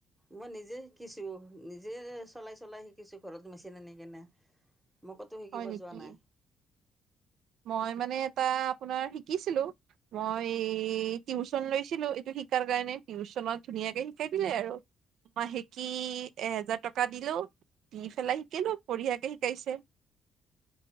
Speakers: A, in the centre; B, on the right.
A: মই নিজে শিকিছো নিজে চলাই চলাই শিকিছো ঘৰত মেচিন আনি কিনে মোকতো শিকিব
B: হয় নেকি?
A: যোৱা নাই
B: মই মানে এটা আপোনাৰ শিকিছিলো মই টিউচন লৈছিলো এইটো শিকাৰ কাৰণে টিউচনত ধুনীয়াকে শিকাই দিলে আৰু মই সেকি এহেজাৰ টকা দিলো দি পেলাই শিকিলো বঢ়িয়াকে শিকাইছে